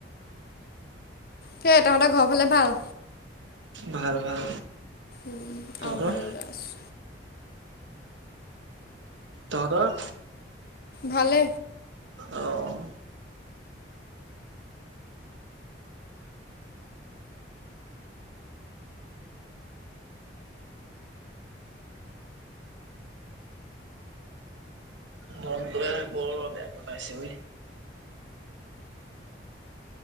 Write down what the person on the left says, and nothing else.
সেইয়া তহঁতৰ ঘৰ ফালে ভাল
উম
আৰু ভাল লছ <inaudible>
ভালে